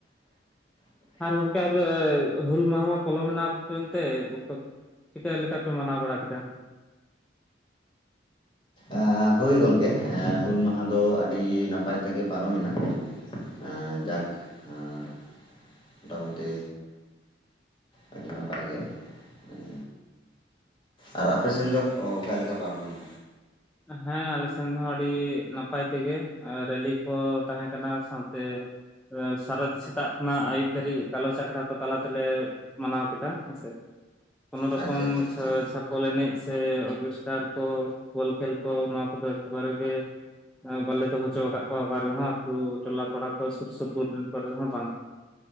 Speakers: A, in the centre; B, on the left.
A: ᱟᱨ ᱜᱚᱝᱠᱮ ᱟᱯᱮ ᱦᱩᱞ ᱢᱟᱦᱟ ᱢᱟ ᱯᱚᱞᱚᱢᱱᱟ ᱟᱯᱮ ᱚᱱᱛᱮ ᱵᱟᱯᱮ ᱪᱤᱠᱟᱹ ᱞᱮᱠᱟ ᱯᱮ ᱢᱟᱱᱟᱣ ᱵᱟᱲᱟ ᱠᱮᱫᱟ?
B: ᱟᱸ ᱦᱳᱭ ᱜᱚᱢᱠᱮ ᱮᱸ ᱦᱩᱞ ᱢᱟᱦᱟ ᱫᱚ ᱟᱹᱰᱤ ᱱᱟᱯᱟᱭ ᱛᱮᱜᱮ ᱯᱟᱨᱚᱢᱮᱱᱟ᱾ ᱮᱸ ᱡᱟᱠ ᱮᱸ ᱢᱳᱴᱟᱢᱩᱴᱤ ᱟᱹᱰᱤ ᱱᱟᱯᱟᱭ ᱜᱮ ᱮᱸ ᱟᱨ ᱟᱯᱮ ᱥᱮᱱ ᱫᱚ ᱚ ᱚᱠᱟᱞᱮᱠᱟ ᱯᱟᱨᱚᱢᱮᱱᱟ?
A: ᱦᱮᱸ ᱟᱞᱮ ᱥᱮᱱ ᱦᱚᱸ ᱟᱹᱰᱤ ᱱᱟᱯᱟᱭ ᱛᱮᱜᱮ ᱮᱸ ᱨᱮᱞᱤ ᱠᱚ ᱛᱟᱦᱮᱸ ᱠᱟᱱᱟ ᱥᱟᱶᱛᱮ- -ᱮᱸ ᱥᱟᱨᱟᱫᱤ ᱥᱮᱛᱟᱜ ᱠᱷᱚᱱᱟᱜ ᱟᱹᱭᱩᱵ ᱫᱷᱟᱹᱨᱤᱡ ᱜᱟᱞᱚᱪ ᱟᱠᱷᱲᱟ ᱠᱚ ᱛᱟᱞᱟ ᱛᱮᱞᱮ- -ᱢᱟᱱᱟᱣ ᱠᱮᱫᱟ ᱦᱮᱸ ᱥᱮ᱾ ᱠᱳᱱᱳ ᱨᱚᱠᱚᱢ
B: ᱟᱪᱪᱷᱟ ᱟᱪᱪᱷᱟ
A: ᱪᱷᱟ
B: ᱟᱪᱪᱷᱟ
A: ᱪᱷᱟᱯᱚᱞ ᱮᱱᱮᱡ ᱥᱮ ᱚᱨᱠᱮᱥᱴᱟᱨ ᱠᱚ ᱵᱚᱞ ᱠᱷᱮᱞ- -ᱠᱚ ᱱᱚᱣᱟ ᱠᱚᱫᱚ ᱮᱠᱵᱟᱨᱮ ᱜᱮ ᱦᱮᱸ ᱵᱟᱞᱮ ᱫᱚᱦᱚᱪᱚ ᱠᱟᱜ ᱠᱚᱣᱟ ᱚᱠᱟ ᱨᱮᱦᱚᱸ ᱟᱹᱛᱩ ᱴᱚᱞᱟ ᱯᱟᱲᱟ ᱠᱚ ᱥᱩᱨ ᱥᱩᱯᱩᱨ ᱨᱮᱱ ᱠᱚᱨᱮ ᱦᱚᱸ ᱵᱟᱝ᱾